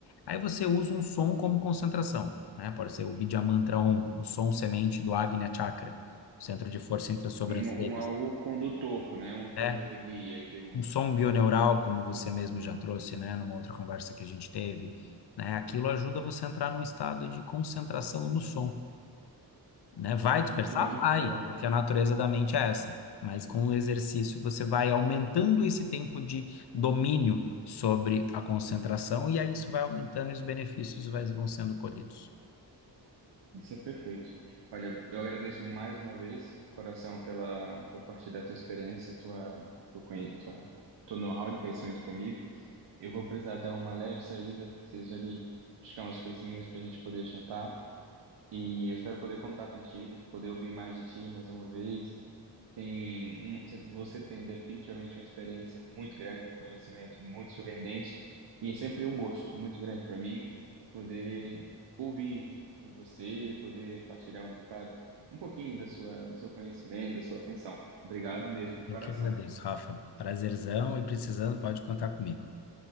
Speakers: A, on the left; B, on the right.
A: Aí você usa um som como concentração, né? Pode ser o Vidya Mantra Om, o som semente do Agnya Chakra, centro de força entre as sobrancelhas.
B: Como um, algo condutor, né? Uma coisa
A: né?
B: que guia, que une.
A: um som bioneural, como você mesmo já trouxe, né, numa outra conversa que a gente teve, né? Aquilo ajuda você a entrar num estado de concentração no som. né? Vai dispersar?
B: Muito bem,
A: Vai,
B: olha,
A: porque a natureza da mente é essa. Mas com o exercício você vai aumentando esse tempo de domínio sobre a concentração e aí isso vai aumentando e os benefícios vai- vão sendo colhidos.
B: isso é perfeito. Olha, eu agradeço mais uma vez, de coração, pela por compartilhar tua experiência, tua, teu, conhe- tua, teu know-how de conhecimento comigo. Eu vou precisar dar uma leve saída, preciso ali buscar umas coisinhas para a gente poder jantar. E eu espero poder contar contigo, poder ouvir mais de ti mais uma vez. Tem um, você tem definitivamente uma experiência muito grande, um conhecimento muito surpreendente. E é sempre um gosto muito grande para mim poder ouvir de você, poder partilhar um bocado, um pouquinho da sua, do seu conhecimento, da sua atenção. Obrigado mesmo, de
A: Eu
B: coração.
A: que agradeço, Rafa. Prazerzão e precisando, pode contar comigo.